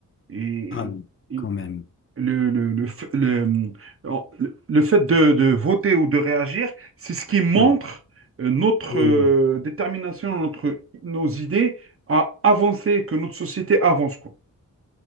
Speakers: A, on the right; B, on the left.
A: Et,
B: Ah oui,
A: et
B: quand même.
A: le, le, le, f- le- euh, le fait de, de voter ou de réagir, c'est ce qui montre
B: Ouais.
A: euh, notre
B: Oui,
A: euh,
B: oui.
A: détermination, notre, nos idées à avancer, que notre société avance, quoi.